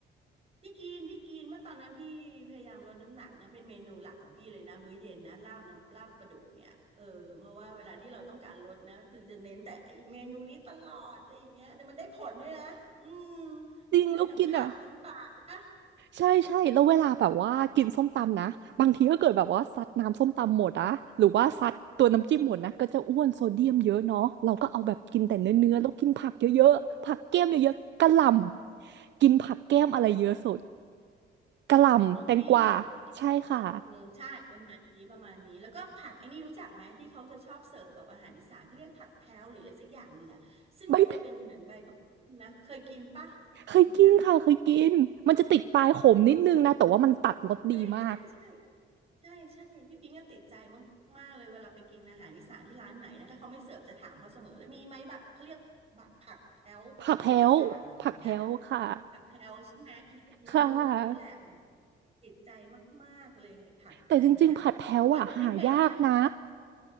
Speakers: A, on the right (about 30°); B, on the right (about 65°).
A: พี่กินพี่กินเมื่อตอนนั้นพี่พยายามลดน้ำหนักนะเป็นเมนูหลักของพี่เลยนะมื้อเย็นนะลาบน้ำลาบปลาดุกเนี่ยเออเพราะว่าเวลาที่เราต้องการลดนะคือจะเน้นแต่ไอ้เมนูนี้ตลอดอะไรอย่างเงี้ยแต่มันได้ผลด้วยนะอืม
B: จริงแล้วกินอ่ะ
A: ตอนไหนทั้งผักทั้งปลาใช่ปะ
B: ใช่ใช่แล้วเวลาแบบว่ากินส้มตำนะบางทีก็เกิดแบบว่าซัดน้ำส้มตำหมดอะหรือว่าซัดตัวน้ำจิ้มหมดนะก็จะอ้วนโซเดียมเยอะเนาะเราก็เอาแบบกินแต่เนื้อๆแล้วกินผักเยอะๆผักแก้มเยอะๆกะหล่
A: อืม
B: ำกินผักแก้มอะไรเยอะสุดกะหล่ำแตงกวา
A: ของพี่เหรอ
B: ใช่ค่ะ
A: เออใช่ประมาณนี้ประมาณนี้แล้วก็ผักไอ้นี่รู้จักไหมที่เขาจะชอบเสิร์ฟแบบอาหารอีสานเขาเรียกผักแพ้วหรืออะไรสักอย่างหนึ่งอ่ะซึ่งมันจะเป็นเหมือนใบผักบุ้งนะเคยกินปะตัวเนี้ย
B: ใบเบเคยกินค่ะเคยกินมันจะติดปลายขมนิดนึงนะแต่ว่ามันตัดรสดีมาก
A: เออใช่ใช่ใช่ใช่ใช่พี่ปิงก็ติดใจมากๆเลยเวลาไปกินอาหารอีสานที่ร้านไหนนะถ้าเขาไม่เสิร์ฟจะถามเขาเสมอเลยมีไหมบักเขาเรียกบักผักแพ้วหรืออะไรสักอย่างอย่างเงี้ย
B: ผักแพ้วผักแพ้วค่ะ
A: ผักแพลวใช่ไหมเออ
B: ค่ะ
A: นี่แหละโหติดใจมากๆเลยไอ้ผักอันเนี้ยเมื่อก่อนกินไม่เป็นนะ
B: แต่จริงๆผัดแพ้วอ่ะหายากนะ